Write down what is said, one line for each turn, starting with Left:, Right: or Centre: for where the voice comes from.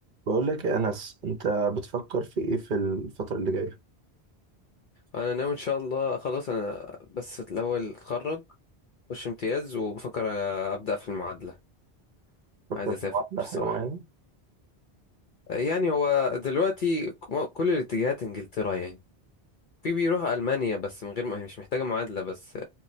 Right: بقول لك يا أنس أنت بتفكر في إيه في الفترة اللي جاية؟
Left: انا ناوي ان شاء الله خلاص انا بس الاول اتخرج اخش امتياز وبفكر ابدا في المعادله
Right: فكرت
Left: عايز اسافر
Right: في معادلة
Left: الصراحه
Right: حاجة معينة؟
Left: يعني هو دلوقتي ك- كل الاتجاهات انجلترا يعني في بيروح المانيا بس من غير ما مش محتاجه معادله بس